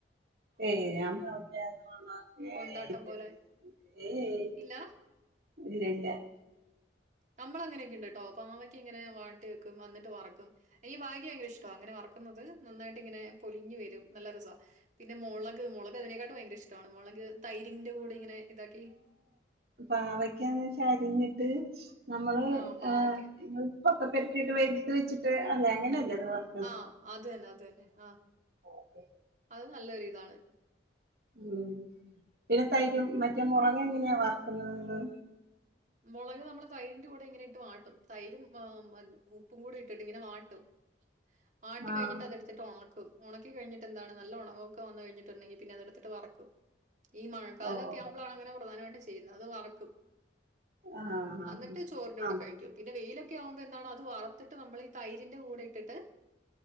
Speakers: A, on the right; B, on the right.
A: ഏയ്‌ ഞാൻ പാവക്ക <unintelligible> ഏയ്യ്
B: കൊണ്ടാട്ടം പോലെ
A: ഇല്ലില്ല ഇല്ല- ഏയ് ഏയ്
B: ഇല്ല
A: ഇല്ല ല്ല.
B: നമ്മളങ്ങനെക്കെണ്ട്ട്ടോ പാവക്ക ഇങ്ങനെ വാട്ടി വെക്കും അന്നട്ട് വറക്കും. എനിക്ക് പാവയ്ക്ക ഭയങ്കര ഇഷ്ടവാ അങ്ങനെ വറക്കുന്നത് നന്നായിട്ട്ങ്ങനെ പൊലിഞ്ഞ് വരും നല്ലരസാ. പിന്നെ മൊളക് മൊളക് അതിനെക്കാട്ടും ഭയങ്കര ഇഷ്ടാണ് മൊളക് തൈരിന്റെ കൂടിങ്ങനെ ഇതാക്കി.
A: പാവയ്ക്കാന്ന്ച്ചാ അരിഞ്ഞിട്ട് നമ്മള്
B: ആ പാവയ്ക്ക
A: ഏഹ് ഇ പ്പൊക്കെ പെര്ത്തിട്ട് വെയിലത്ത്‌ വെച്ചിട്ട് അല്ലേ അങ്ങനല്ലേ അത് വറ
B: ആഹ് അത് തന്നെ അത് തന്നെ ആഹ്
A: ഓക്കെ
B: അത് നല്ലൊരു ഇതാണ്
A: ഉം പിന്നെ തൈരും മറ്റേ മൊളക്‌ എങ്ങനെയാ വറക്ക്ന്നത് ഇങ്ങള്
B: മൊളക് നമ്മള് തൈരിന്റെ കൂടെ ഇങ്ങനെ ഇട്ട് വാട്ടും തൈരും ആ മ ഉ ഉപ്പും കൂടി ഇട്ടിട്ട് ഇങ്ങനെ വാട്ടും വാട്ടി
A: ആഹ്
B: കഴിഞ്ഞിട്ട് അതെടു ത്തിട്ട് ഒണക്കും. ഒണക്കി കഴിഞ്ഞിട്ട് എന്താണ് നല്ല ഒണവൊക്കെ വന്ന് കഴിഞ്ഞ്ട്ട്ണ്ടെങ്കി പിന്നെ അതെടുത്ത്ട്ട് വറക്കും. ഈ മഴക്കാലൊക്കെ
A: ഓഹ്
B: ആവുമ്പോളാണ് അങ്ങനെ പ്രധാനമായിട്ട് ചെയ്യുന്നത് അത് വറക്കും
A: ആഹ് ആഹ്
B: അന്നിട്ട് ചോറിന്റെ കൂടെ കഴിക്കും പിന്നെ വെയിലൊക്കെ ആവുമ്പോ എന്താണ് അത് വറത്തിട്ട് നമ്മള് തൈരിന്റെ കൂടെ ഇട്ടിട്ട്